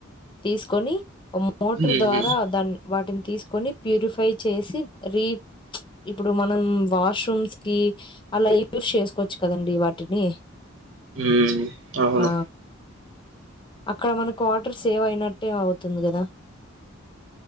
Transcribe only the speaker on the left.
తీసుకొని ఒ, మోటర్
ద్వారా దాన్ని వాటిని తీసుకొని ప్యూరిఫై చేసి రీ, ఇప్పుడు మనం వాష్రూమ్స్ కి అలా యూస్ చేసుకోవచ్చు కదండడి వాటిని,
ఆ అక్కడ మనకు వాటర్ సేవ్ అయినట్టే అవుతుంది కదా,